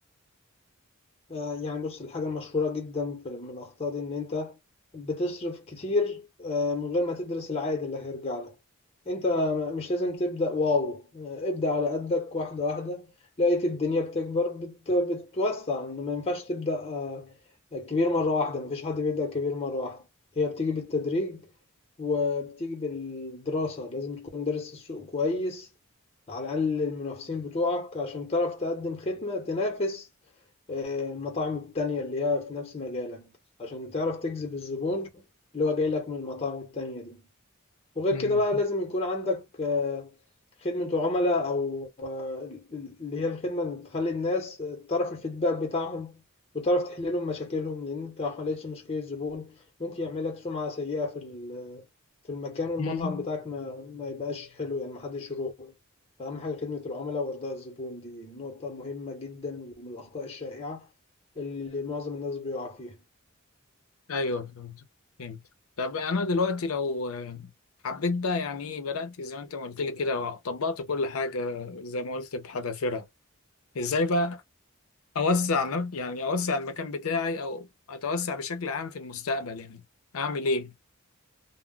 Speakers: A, on the left (about 30°); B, on the left (about 85°).
A: آه يعني بص الحاجة المشهورة جدا في من الأخطاء دي إن أنت بتصرف كتير آه من غير ما تدرس العائد اللي هيرجع لك انت م- مش لازم تبدأ واو آه، ابدأ على قدك واحدة واحدة لقيت الدنيا بتكبر بت... بتوسع انه ما ينفعش تبدأ آه، كبير مرة واحدة مفيش حد بيبدأ كبير مرة واحدة هي بتيجي بالتدريج وبتيجي بالدراسة لازم تكون دارس السوق كويس على الأقل المنافسين بتوعك عشان تعرف تقدم خدمة تنافس آه، المطاعم التانية اللي هي في نفس مجالك عشان تعرف تجذب الزبون اللي هو جاي لك من المطاعم التانية دي وغير
B: مم.
A: كده بقى لازم يكون عندك آه، خدمة عملاء أو آه، اللي هي الخدمة اللي تخلي الناس آه، تعرف الفيدباك بتاعهم وتعرف تحل لهم مشاكلهم لأن أنت لو حلتش مشكلة الزبون ممكن يعمل لك سمعة سيئة في ال- آه، في المكان والمطعم
B: مم.
A: بتاعك ما ما يبقاش حلو يعني محدش يروح فأهم حاجة خدمة العملاء وإرضاء الزبون دي نقطة مهمة جدا ومن الأخطاء الشائعة اللي معظم الناس بيقع فيها.
B: ايوه فهمت فهمت طب انا دلوقتي لو آه، حبيت بقى يعني ايه بدأت زي ما انت ما قلت لي كده وطبقت كل حاجة زي ما قلت بحذافيرها ازاي بقى اوسع ن- يعني اوسع المكان بتاعي او اتوسع بشكل عام في المستقبل يعني اعمل ايه